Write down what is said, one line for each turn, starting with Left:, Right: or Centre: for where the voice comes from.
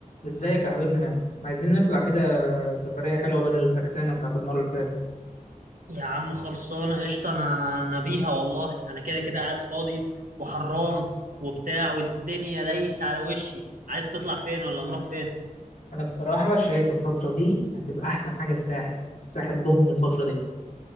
Left: ازيك يا حبيبنا عايزين نطلع كده سفرية حلوة بدل الفكسانة بتاعت المرة اللي فاتت
Right: يا عم خلصانة قشطة أنا أنا بيها والله أنا كده كده قاعد فاضي وحران وبتاع والدنيا دايسة على وشي عايز تطلع فين ولا نروح فين؟
Left: أنا بصراحة شايف الفترة دي هتبقى أحسن حاجة الساحل الساحل ضم الفترة دي